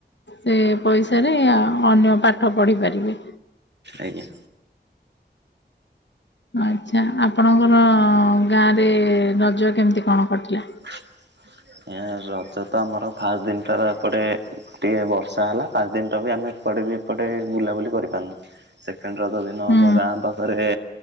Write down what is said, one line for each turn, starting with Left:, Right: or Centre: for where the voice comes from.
Left: ସେ ପଇସାରେ ଅନ୍ୟ ପାଠ ପଢିପାରିବେ।
Right: ଆଜ୍ଞା।
Left: ଆଚଛା ଆପଣଙ୍କର ଗାଁରେ ରଜ କେମିତି କଣ କଟିଲା।
Right: <unintelligible> ରଜ ତ ଆମର ଫାଷ୍ଟ ଦିନଟା ଏପଟେ ଟିକେ ବର୍ଷା ହେଲା ଫାଷ୍ଟ ଦିନଟା ବି ଆମେ କୁଆଡ଼େ ବି ଏପଟେ ବୁଲାବୁଲି କରିପାରୁନି ସେ ରଜ ଦିନ
Left: ହୁଁ
Right: ଆମ ଗାଁ ପାଖରେ